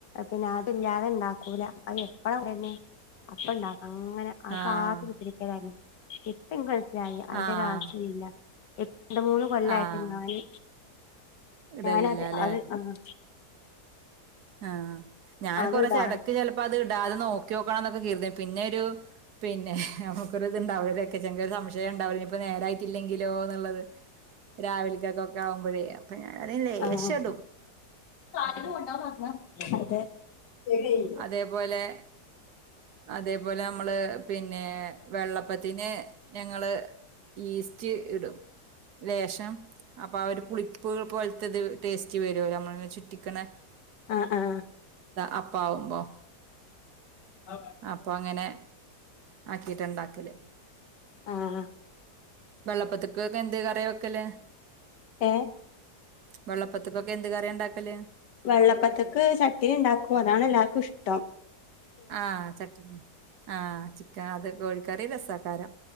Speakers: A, on the left (about 85°); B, on the right (about 70°).
A: പിന്നെ അതില്ലാതെ ണ്ടാക്കൂല അത് എപ്പഴ പറിണെ അപ്പ ണ്ടാക്കും അങ്ങനെ അത്
B: ആഹ്
A: കാത്ത് കുത്തർക്കലേനു ഇപ്പൻക്ക് മൻസ്സിലായി അയ്ൻ്റെരാവശ്യൂല്ല
B: ആഹ്
A: ഇ രണ്ട് മൂന്ന് കൊല്ലായിട്ട്
B: ആഹ്
A: ഞാന്
B: ഇടലില്ലാല്ലേ
A: ഞാനത് അത് ആഹ്
B: ആഹ് ഞാൻ
A: അത്ടാ
B: കുറച്ചെടക്ക് ചെലപ്പത് ടാതെ നോക്ക്യോക്കണംന്നൊക്കെ കെര്തീണ് പിന്നെരു പിന്നെ നമുക്കൊര്ത്ണ്ടാവുലെ ഒരെക്കെച്ചെങ്കരു സംശയണ്ടാവൂല്ല ഇഞ്പ്പോ നേരായിട്ടില്ലെങ്കിലോ ന്ന്ള്ളത് രാവിൽക്കൊക്കാവുമ്പഴേ അപ്പൊ ഞാനതി ലേശടും
A: ആഹ് അതെ
B: തേപോലെ അതേപോലെ നമ്മള് പിന്നെ വെള്ള അപ്പത്തിന് ഞങ്ങള് ഈസ്റ്റ് ഇടും ലേശം അപ്പാ ഒര് പുളി പ്പ് പോൽത്തത് ടേസ്റ്റ് വെരോലോ നമ്മള് ചുറ്റിക്ക്ണെ
A: ആഹ് ആഹ്
B: താ അപ്പാവുമ്പോ
A: ആ
B: അപ്പോ ങ്ങനെ ആക്കിട്ടാണ്ടാക്കല്.
A: ആഹ്
B: വെള്ളപ്പത്ത് ക്കെന്തേ കറ്യാ വെക്കല്.
A: ഏഹ്
B: വെള്ളപ്പത്ത്ക്കൊക്കെ എന്ത് കറ്യാ ണ്ടാക്കല്.
A: വെള്ളപ്പത്ത്ക്ക് ചട്ടിണി ണ്ടാക്കും അതാണ് എല്ലാർക്കുഷ്ടം.
B: ആഹ് ചട്ടിണി ആഹ് ചിക്കൻ അത് കോഴിക്കറിം രസേക്കാരം.